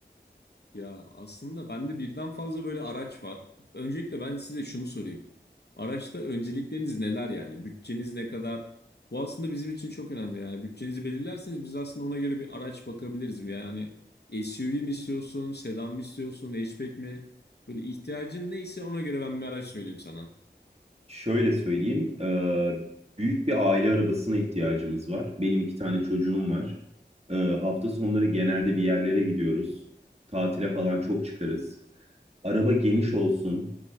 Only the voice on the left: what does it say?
Ya aslında bende birden fazla böyle araç var. Öncelikle ben size şunu sorayım. Araçta öncelikleriniz neler yani? Bütçeniz ne kadar? Bu aslında bizim için çok önemli yani. Bütçenizi belirlerseniz biz aslında ona göre bir araç bakabiliriz. Yani SUV mi istiyorsun, sedan mı istiyorsun, hatchback mi? Böyle ihtiyacın neyse ona göre ben bir araç söyleyeyim sana.
Hı hı.